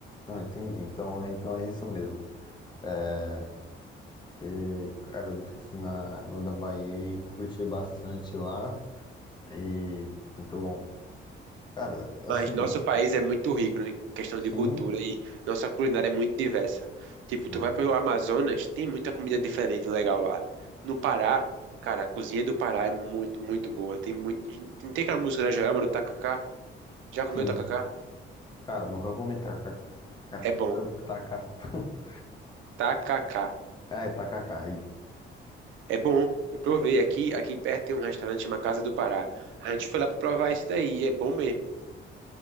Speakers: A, on the left; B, on the right.
A: ah, entendi. Então, então é isso mesmo. É, que, cara, eu já fui na, no da Bahia e curti bastante lá. E muito bom. Cara, assim,
B: Mas nosso país é muito rico, né, em questão
A: sim,
B: de cultura e nossa culinária é muito diversa. Tipo,
A: sim,
B: tu vai pro Amazonas, tem muita comida diferente legal lá. No Pará, cara, a cozinha do Pará é muito, muito boa. Tem muito, tem tem aquela música da Joelma do Tacacá? Já comeu
A: sim.
B: tacacá?
A: Cara, nunca comi tacacá.
B: É bom.
A: Tacacá. <laughs>
B: Tacacá.
A: Ai, tacacá, isso.
B: É bom. Eu provei aqui, aqui perto tem um restaurante chamado Casa do Pará. A gente foi lá pra provar isso daí, e é bom mesmo.